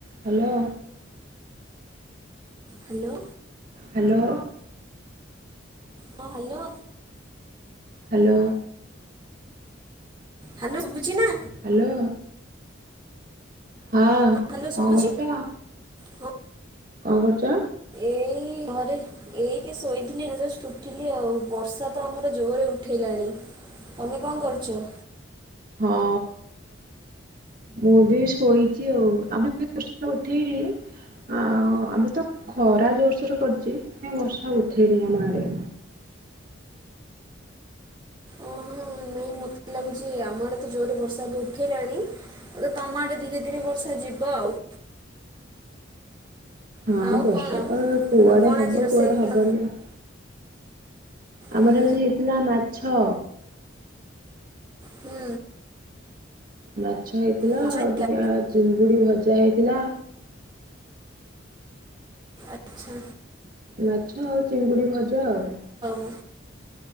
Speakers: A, on the right; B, on the right.
A: ହ୍ୟାଲୋ।
B: ହ୍ୟାଲୋ।
A: ହ୍ୟାଲୋ।
B: ହଁ ହ୍ୟାଲୋ।
A: ହ୍ୟାଲୋ।
B: ହ୍ୟାଲୋ ଶୁଭୁଛିି ନା?
A: ହ୍ୟାଲୋ। ହଁ
B: ହ୍ୟାଲୋ
A: କଣ
B: ଶୁଭୁଛି
A: କରୁଚ?
B: ହଁ
A: କଣ କରୁଚ?
B: ଏଇ ଘରେ ଏଇଠେ ଶୋଇଥିଲି ଜଷ୍ଟ ଉଠିଲି ଆଉ ବର୍ଷା ତ ଆମର ଜୋରରେ ଉଠେଇଲାଣି ତମେ କଣ କରୁଚ?
A: ହଁ ମୁଁ ବି ଶୋଇଚି ଆଉ ଆମେ ବି ବର୍ଷା ଉଠେଇନି ଆଉ ଆମେ ତ ଖରା ଜୋରସୋରେ କରିଚି ବର୍ଷା ଉଠେଇନି ଆମ ଆଡେ।
B: ଓହୋ ନାଇଁ ମତେ ଲାଗୁଚି ଆମର ତ ଜୋରେ ବର୍ଷା ବି ଉଠେଇଲାଣି ହେଠୁ ତମ ଆଡେ ଧୀରେ ଧୀରେ ବର୍ଷା ଯିବ ଆଉ।
A: ହଁ
B: ଆଉ
A: ବର୍ଷା
B: କଣ?
A: ତ କୁଆଡେ
B: ଆଉ କଣ
A: ହବ
B: ଆଜି ରୋଷେଇ
A: କୁଆଡେ
B: କଲ
A: ହବନି ଆଉ। ଆମର
B: ହୁଁ
A: ଆଜି ହେଇଥିଲା ମାଛ।
B: ହୁଁ
A: ମାଛ ଛ ହେଇଥିଲା
B: ମାଛ
A: ଆଉ
B: ହେଇଥିଲା
A: ଟିକେ ଆ ଚିଙ୍ଗୁଡ଼ି ଭଜା ହେଇଥିଲା।
B: ଆଛା।
A: ମାଛ ଆଉ ଚିଙ୍ଗୁଡି ଭଜା ଆଉ।
B: ହଁ